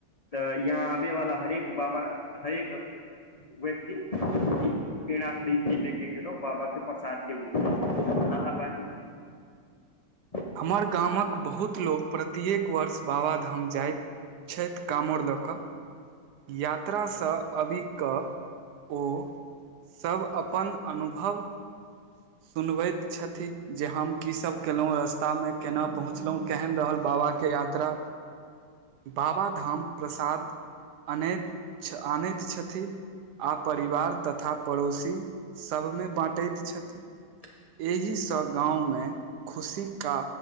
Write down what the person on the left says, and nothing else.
तऽ यहाँ आबे वाला हरेक बाबा हरेक व्यक्ति पेड़ा खरीद के लेके गेलो बाबा के प्रसाद के रूपमे आँहा बाजू <inaudible>
<inaudible>